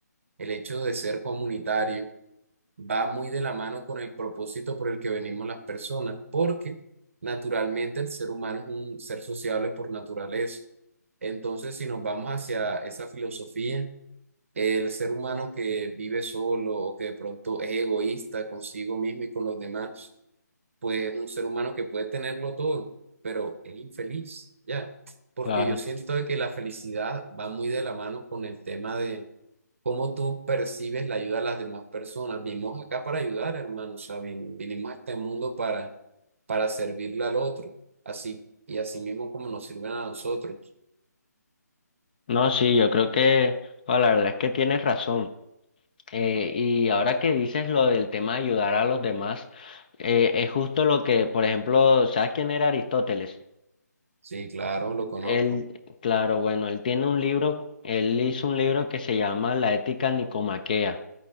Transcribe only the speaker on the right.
el hecho de ser comunitario, va muy de la mano con el propósito por el que venimos las personas, porque naturalmente el ser humano es un ser sociable por naturaleza. Entonces, si nos vamos hacia esa filosofía, el ser humano que vive solo o que de pronto es egoísta consigo mismo y con los demás, pues es un ser humano que puede tenerlo todo, pero es infeliz, ¿ya? Porque
yo siento de que la felicidad va muy de la mano con el tema de ¿Cómo tú percibes la ayuda a las demás personas? Vinimos acá para ayudar, hermano. O sea, vin- vinimos a este mundo para, para servirle al otro. Así, y así mismo como nos sirven a nosotros.
Sí, claro, lo conozco.